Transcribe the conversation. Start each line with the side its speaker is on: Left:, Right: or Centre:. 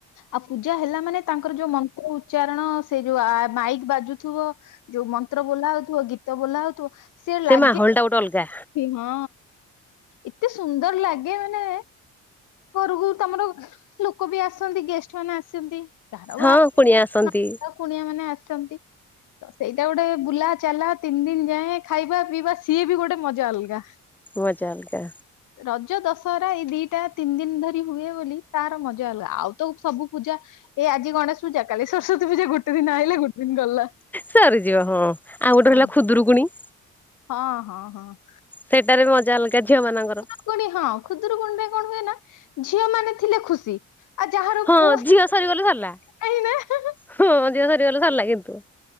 Left: ଆଉ ପୂଜା ହେଲା ମାନେ ତାଙ୍କର ଯୋଉ ମନ୍ତ୍ର ଉଚ୍ଚାରଣ ସେ ଯୋଉ ମାଇକ ବାଜୁଥିବ ଯୋଉ ମନ୍ତ୍ର ବୋଲା ହଉଥିବ ଗୀତ ବୋଲା ହଉଥିବ ସେ ଲାଗେ
Centre: ମାହୋଲ ଟା ଗୋଟେ ଅଲଗା
Left: ହଁ, ଏତେ ସୁନ୍ଦର ଲାଗେ ମାନେ ଘରକୁ ତମର ଲୋକ ବି ଆସନ୍ତି ଗେଷ୍ଟ ମାନେ ଆସନ୍ତି। କାହାର ବା
Centre: ହଁ, କୁଣିଆ ଆସନ୍ତି।
Left: କୁଣିଆ ମାନେ ଆସିଛନ୍ତି। ତ ସେଇଟା ଗୋଟେ ବୁଲା ଚାଲା ତିନି ଦିନ ଯାଏ ଖାଇବା ପିଇବା ସିଏ ବି ଗୋଟେ ମଜା ଅଲଗା।
Centre: ମଜାଅଲଗା
Left: ରଜ ଦଶହରା ଏଇ ଦିଟା ତିନି ଦିନ ଧରି ହୁଏ ବୋଲି ତାର ମଜା ଅଲଗା ଆଉ ତ ସବୁ ପୂଜା ଏ ଆଜି ଗଣେଶ ପୂଜା କାଲି ସରସ୍ଵତୀ ପୂଜା ଗୋଟେ ଦିନ ଆଇଲେ ଗୋଟେ ଦିନ ଗଲା।
Centre: ସରିଯିବା ହଁ, ଆଉ ଗୋଟେ
Left: ହଁ
Centre: ହେଲା ଖୁଦୁରୁକୁଣି
Left: ହଁ, ହଁ, ହଁ,
Centre: ସେଇଟାରେ ମଜା ଅଲଗା ଝିଅ ମାନଙ୍କର।
Left: କୁନି ହଁ, ଖୁଦୁରୁକୁଣି ରେ କଣ ହୁଏ ନା ଝିଅ ମାନେ ଥିଲେ ଖୁସି। ଆଉ ଯାହାର
Centre: ହଁ,
Left: ପୁଅ
Centre: ଝିଅ ସରିଗଲେ ସରିଲା
Left: ନାହିଁ ନା
Centre: ହଁ, ଝିଅ ସରିଗଲେ ସରିଲା କିନ୍ତୁ।